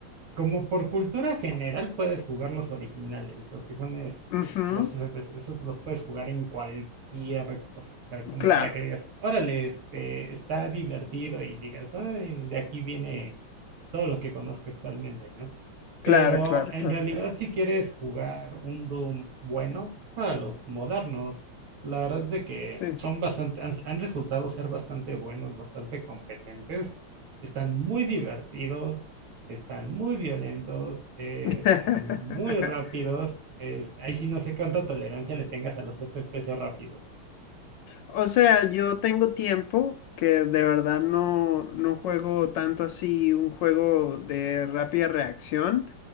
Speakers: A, on the right (about 70°); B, on the left (about 75°).
A: Como por cultura general puedes jugar los originales, los que son este,
B: Ujú,
A: los FPS, esos los puedes jugar en cualquier cosa, o sea, como
B: Claro,
A: para que digas, órale, este, está divertido y digas, "Ay, de aquí viene todo lo que conozco actualmente, ¿no? Pero
B: claro, claro,
A: en
B: claro.
A: realidad, si quieres jugar un Doom bueno, para los modernos, la verdad es de que
B: Sí.
A: son bastante, han, han resultado ser bastante buenos, bastante competentes, están muy divertidos, están muy violentos, eh,
B: <laughs>
A: están muy rápidos. es- ahí sí no sé cuánta tolerancia le tengas a los FPS rápidos.
B: O sea, yo tengo tiempo que de verdad no, no juego tanto así un juego de rápida reacción.